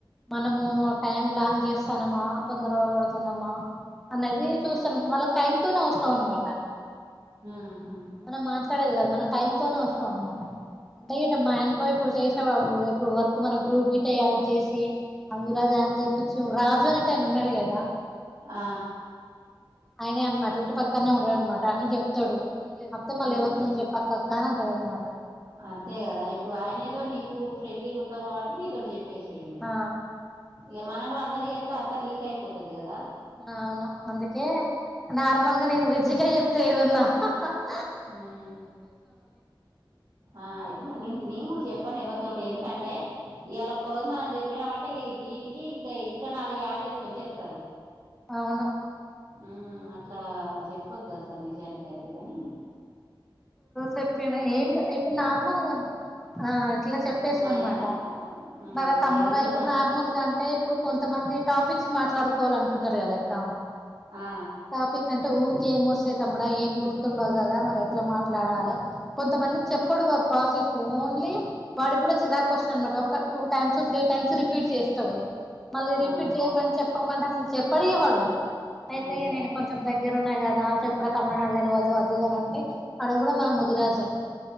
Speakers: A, in the centre; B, on the right (about 55°).
A: మనము టైం లాంగ్ చేస్తానమా తొందర గా <unintelligible> తు అనేది చూస్తున్నా వాళ్ళకి టైమ్ తోనే అవసరం అనమాట
B: ఉహు
A: మనం మాట్లాడేది కాదు మన టైమ్ తోనే వసం అనమాట అంటే గిట్ల మా ఇంట్లో ఇప్పుడు చేసేవాడు ఇప్పుడు వర్క్ మన గ్రూప్ గిట్ట యాడ్ చేసి అందులో జాయిన్ చెప్పిచాం రాజు నట్టే ఆయన ఉన్నాడు కదా
B: ఆ
A: ఆయనే అనమాట ఇంటి పక్కనే ఉంటడు అన్మాట్ తను చెప్తాడు కాకపోతే మళ్ళీ
B: హ్మ్
A: ఎవరితోని
B: హు
A: చెప్పక్క అక్క అని అంటాడు అనమాట
B: అంతే కదా ఇప్పుడు ఆయన ఏదో నీకు ఫ్రెండ్లీగా ఉంటావు కాబట్టి నీతోటి చెప్ ప్పేసిండు
A: ఆ
B: ఇగ మనం కూడా అన్ మరి ఎత్త అంతా లీక్ అయిపోతుది కదా
A: అవును అందుకే నార్మల్గా నేను విజ్జికయ చెప్త ఏదున్న హ హ
B: హ్మ్ ఆ ఆయితే మరి నిం నంగ్ కు చెప్పాను ఎవరితోటి ఎందుకంటే ఇయాల ఒక్క రోజు మనం చెప్పినామంటే దీనికి ఇంకా ఇంకా నాలుగు ఏడు చేసుకొని చెత్తరు
A: అవును
B: ఆ అట్లా చెప్పొద్దు అసలు నిజానికి అయితే కని
A: చెప్పిన ఏం ఇప్పుడు నార్మల్గా ఇట్లా చెప్పేసా
B: మా
A: అనమాట
B: యారాలు కూడా ఉమ్,
A: మరి తమ్ముడా
B: ఏదున్నా
A: ఇప్పుడు
B: నాతో
A: నార్మల్గా
B: కూడా చెప్తుంది
A: అంటే ఇప్పుడు కొంతమంది టాపిక్స్ మాట్లాడుకోవాల అంటున్నారు కదా అక్క
B: ఆ,
A: టాపిక్ అంటే ఊ ఎం ఒస్తాయి తమ్ముడా ఏం గుర్తుండవు కదా మరి ఎలా మా ఎట్లా రాలే కొంతమంది చెప్పడు వారు ప్రాసెస్ ఓన్లీ వాడికి కూడా చిరాకు వస్తుంది అనమాట ఒక two times three times repeat చేస్తాడు మళ్ళీ
B: ఆ, అవును
A: రిపీట్ చేయమని చెప్పమంటే అసలు చెప్ప పడియ వాడుో అయితే
B: అంతే
A: నేను కొంచెం దగ్గర ఉన్నా కాదు చెప్పు్ర తమ్ముడా నాకు తెల్వదు అది అని అంటే అడు కూడా మన ముదురాజే